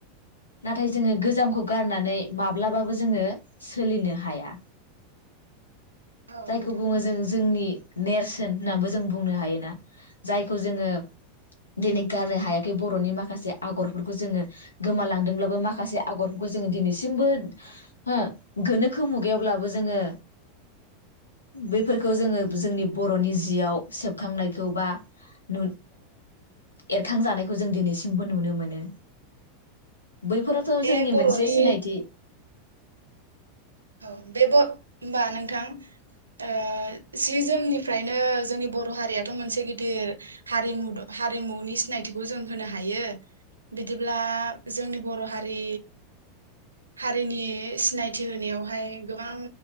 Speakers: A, on the left; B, on the right.
A: नाथाय जोङो गोजामखौ गारनानै माब्लाबाबो जोंङो सोलिनो हाया।
B: औ
A: जायखौ
B: नोंथां
A: बुङो जों जोंनि नेरसोन होननाबो जों बुंनो हायोना जायखौ जोङो दिनै गारनो हायाखै बर'नि माखासे आगरफोरखौ जोङो गोमालांदोंब्लाबो माखासे आगरफोरखौ जोङो दिनैसिमबो हो गोनोखो मुगायावब्लाबो जोङो। बैफोरखौ जोङो जोंनि बर'नि जियाव सेबखांनायखौ बा ओ एरखांजानायखौ जों दिनैसिमबो नुनो मोनो। बैफोरथ'
B: औ बे
A: जोंनि
B: बर'नि
A: मोनसे सिनायथि
B: औ बे होमबा नोंथां ओ सि जोमनिफ्रायनो जोंनि बर' हारियाथ' मोनसे गिदिर हारिमु हारिमुनि सिनायथिखौ जों होनो हायो बिदिब्ला जोंनि बर' हारि हारिनि सिनायथि होनायाव बेहाय गोबां